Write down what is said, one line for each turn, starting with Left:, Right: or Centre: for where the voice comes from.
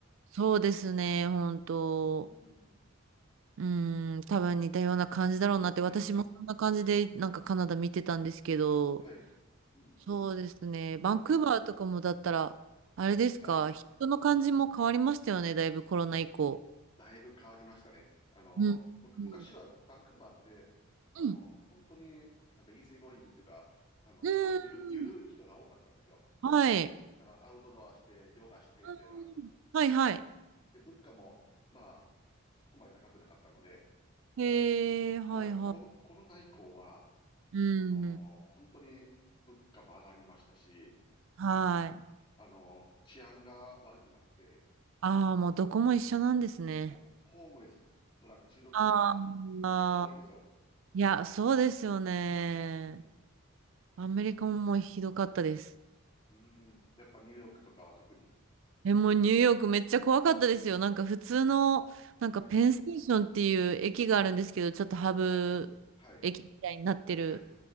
Right: そうですね。本当。
Left: うん、
Right: うん。多分似たような感じだろうなって、
Left: はい、
Right: 私もそんな感じで、なんかカナダ見てたんですけど、
Left: はい、うん、
Right: そうですね。バンクーバーとかもだったら、
Left: 多分、
Right: あれですか、
Left: はい。
Right: 人の感じも変わりましたよね、だいぶコロナ以降。
Left: だいぶ変わりましたね。あの、
Right: うん。
Left: む、
Right: うん。
Left: 昔はバンクーバーって、あの、
Right: うん。
Left: 本当になんかイージーゴーイングっていうか、あの、
Right: うーん
Left: ゆる、ゆるい人が多かったんですよ。
Right: はい。
Left: だからアウトドアして、ヨガしてみたいな。
Right: うんはいはい。
Left: で、物価も、まあ、そこまで高くなかったので、
Right: へえ、はいはい。
Left: ただコロ、コロナ以降は、
Right: うん。
Left: あの、本当に物価も上がりましたし、
Right: はい。
Left: あの、治安が悪くなって、
Right: ああ、もうどこも一緒なんですね。
Left: もう、ホームレス、ドラッグ中毒者がむちゃくちゃ多いですよ。
Right: あーあー、いや、そうですよね。
Left: うん。
Right: アメリカももうひどかったです。
Left: うん。やっぱニューヨークとかは特に。
Right: え、もうニューヨークめっちゃ怖かったですよ。なんか普通の、なんかペンステーションっていう駅があるんですけど、
Left: はい、
Right: ちょっとハブ駅みたいになってる。
Left: はい、はい、